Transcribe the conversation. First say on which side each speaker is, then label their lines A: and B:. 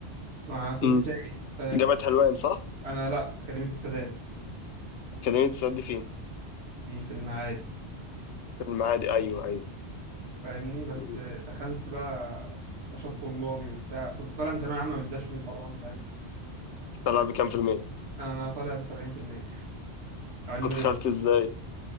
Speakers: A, on the right; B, on the left.
A: ما كنت
B: امم
A: تايه فاهم
B: جامعة حلوان صح؟
A: أنا لا أكاديمية السادات
B: أكاديمية السد دي فين؟
A: دي في المعادي
B: في المعادي أيوه أيوه
A: فاهمني بس
B: أمم.
A: دخلت بقى نشاط طلابي وبتاع كنت طالع من ثانوية عامة متدشمل طبعا فاهم
B: طلع بكام في المية؟
A: أنا طالع ب 70% علم
B: ودخلت
A: رياضة
B: ازاي؟